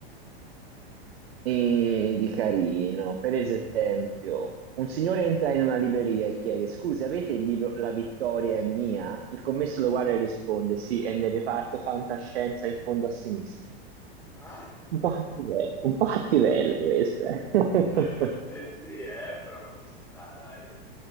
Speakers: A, on the right (about 70°); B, in the centre.
A: eh, di carino. Per esempio, un signore entra in una libreria e chiede: Scusi, avete il libro La vittoria è mia? Il commesso lo guarda e risponde: Sì, è nel reparto fantascienza in fondo a sinistra.
B: Ah?
A: Un po' cattive- un po' cattivella questa. eh. <laughs>
B: <laughs> Eh sì, eh, però buona città, dai.